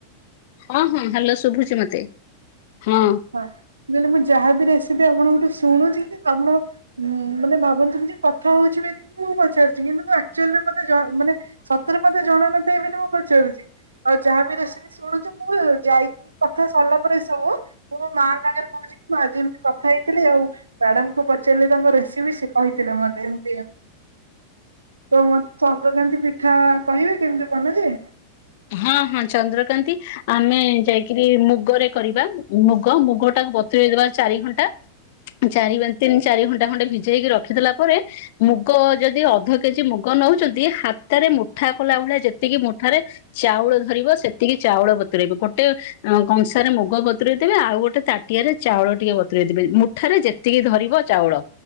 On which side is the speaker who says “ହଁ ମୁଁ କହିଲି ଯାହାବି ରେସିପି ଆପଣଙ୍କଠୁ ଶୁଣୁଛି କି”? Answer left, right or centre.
Right